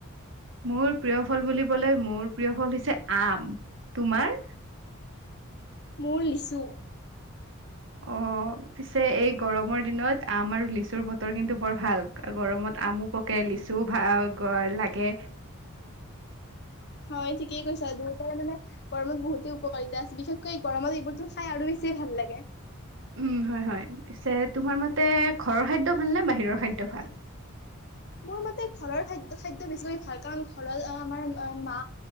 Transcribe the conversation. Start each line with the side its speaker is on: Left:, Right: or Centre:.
Right: মোৰ প্ৰিয় ফল বুলি কলে মোৰ প্ৰিয় ফল হৈছে আম তোমাৰ?
Left: মোৰ লিছু
Right: অ পিছে এই গৰমৰ দিনত আম আৰু লিচুৰ বতৰ কিন্তু বৰ ভাল গৰমত আমো পকে লিচুও ভাল লাগে
Left: হয় ঠিকেই কৈছা দুইটাই মানে গৰমত বহুতেই উপকাৰিতা আছে বিশেষকৈ গৰমত এইবোৰতো খাই আৰু বেছিয়ে ভাল লাগে।
Right: উম হয় হয় পিছে তোমাৰ মতে ঘৰৰ খাদ্য ভাল নে বাহিৰৰ খাদ্য ভাল?
Left: মোৰ মতে ঘৰৰ খাদ্য খাদ্য বেছিকৈ ভাল কাৰণ ঘৰত আমাৰ মা